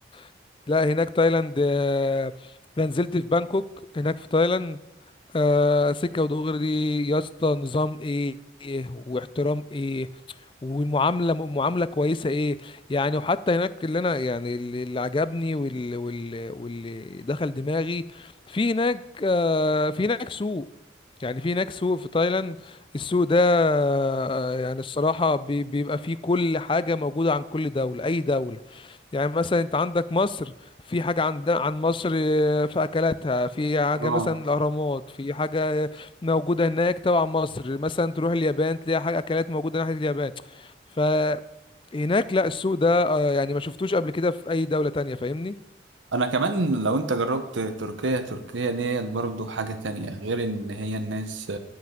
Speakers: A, on the left; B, on the right.
A: <laughs> لا هناك تايلاند آه، انا نزلت في بانكوك هناك في تايلاند آه، سكه ودغري يا اسطى نظام ايه إيه واحترام ايه والمعامله معامله كويسه ايه يعني وحتى هناك اللي انا يعني اللي اللي عجبني واللي واللي واللي دخل دماغي في هناك آه، في هناك سوق يعني في هناك سوق في تايلاند السوق ده آه، يعني الصراحه بي- بيبقى فيه كل حاجه موجوده عن كل دوله اي دوله يعني مثلا انت عندك مصر في حاجة عندنا عن مصر آه، في أكلاتها في حاجة
B: اه
A: مثلا الأهرامات في حاجة آه، موجودة هناك تبع مصر مثلا تروح اليابان تلاقي حاجة أكلات موجودة ناحية اليابان فهناك لا السوق ده آه، يعني ما شفتوش قبل كده في أي دولة تانية فاهمني
B: أنا كمان لو انت جربت تركيا تركيا ديت برضو حاجة تانية غير إن هي الناس